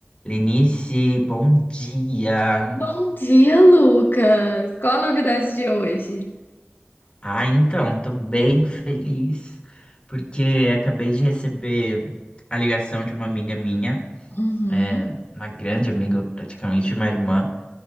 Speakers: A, on the left; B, on the left.
A: Lenice, bom dia.
B: Bom dia, Lucas. Qual a novidade de hoje?
A: Ah, então, tô bem feliz porque acabei de receber a ligação de uma amiga minha,
B: Uhum.
A: é, uma grande amiga, praticamente uma irmã,